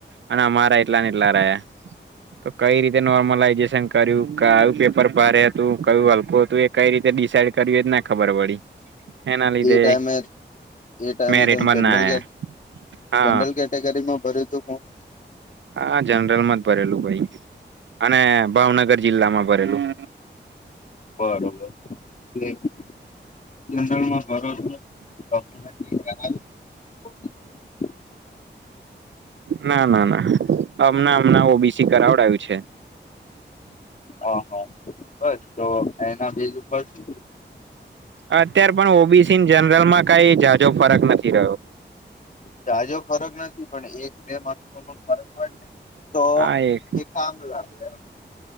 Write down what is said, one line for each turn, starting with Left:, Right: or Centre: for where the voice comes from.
Right: અને અમારા એટલા ને એટલા રહે તો કઈ રીતે નોર્મલાઈઝેશન કર્યું કયું પેપર ભારે હતું કયું હલકું હતું એ કઈ રીતે ડિસાઈડ કર્યું એજ ના ખબર પડી એના લીધે
Left: એ ટાઈમ એ
Right: મેરિટમાં
Left: જનરલ
Right: જ ના આયા હા
Left: જનરલ કેટેગરીમાં ભર્યું તું હું
Right: હા જનરલમાં જ ભરેલું ભાઈ અને ભાવનગર જિલ્લામાં ભરેલું
Left: બરોબર હજી <unintelligible>
Right: ના ના ના અમના મ ઓબીસી કરાવડાયું છે.
Left: હા હા્ બસ તો એના બીજું બસ શ
Right: અત્યાર પણ ઓબીસી જનરલમાં કઈ જાજો ફરક નથી. થી રહ્યો.
Left: જાજો ફરક નથી પણ એક બે માર્સ ન પણ ફરક હોય ને તો
Right: હા એક
Left: એ કામ લાગે એમ